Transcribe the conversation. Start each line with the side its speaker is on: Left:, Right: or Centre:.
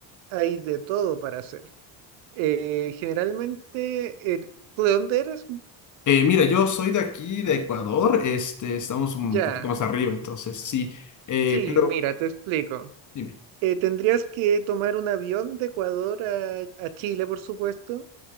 Right: hay de todo para hacer. Eh, generalmente, eh, ¿tú de dónde eres?
Left: Eh, mira, yo soy de aquí, de Ecuador, este, estamos un
Right: Ya.
Left: poquito más arriba, entonces sí, eh,
Right: Sí,
Left: pero
Right: mira, te explico.
Left: dime.
Right: Eh, tendrías que tomar un avión de Ecuador a, a Chile, por supuesto.